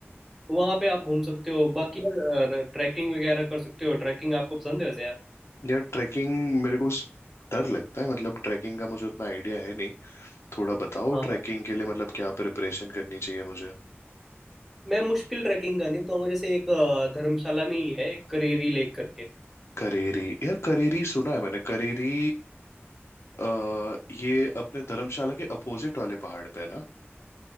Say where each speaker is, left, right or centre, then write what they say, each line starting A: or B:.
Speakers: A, in the centre; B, on the left (about 70°).
A: तो वहाँ पे आप घूम सकते हो बाकी यार ट्रैकिंग वगैरह कर सकते हो ट्रैकिंग आपको पसंद है वैसे यार
B: यार ट्रैकिंग मेरे को उस- डर लगता है मतलब ट्रैकिंग का मुझे उतना आइडिया है नहीं थोड़ा बताओ
A: हाँ
B: ट्रैकिंग
A: हाँ
B: के लिए मतलब क्या प्रिपरेशन करनी चाहिए मुझे
A: मैं मुश्किल ट्रैकिंग का नहीं बताऊंगा जैसे एक अ, धर्मशाला में ही है एक करेरी लेक करके
B: करेरी यार करेरी सुना है मैंने करेरी आ, ये अपने धर्मशाला के अपोजिट वाले पहाड़ पे है ना